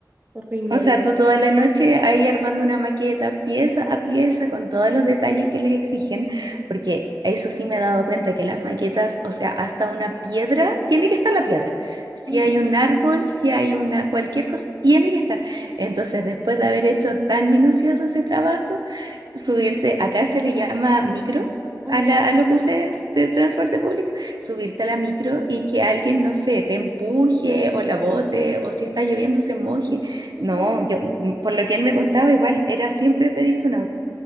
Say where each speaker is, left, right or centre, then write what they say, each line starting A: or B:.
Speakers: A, on the right; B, on the right.
A: Horrible,
B: O
A: horrible.
B: sea, tú toda la noche ahí armando una maqueta pieza a pieza con todos los detalles que les exigen, porque eso sí me he dado cuenta que las maquetas, o sea, hasta una piedra, tiene que estar la piedra. Si
A: Ujú,
B: hay un árbol, si hay una cualquier cosa, tiene que estar. Entonces, después de haber hecho tan minucioso ese trabajo, subirte, acá se le llama micro.
A: ujú.
B: A, la- a los buses de transporte público, subirte a la micro y que alguien, no sé, te empuje o la bote o si está lloviendo se moje
A: Total.
B: no, yo, mm, por lo que él me contaba, igual era siempre pedirse un auto.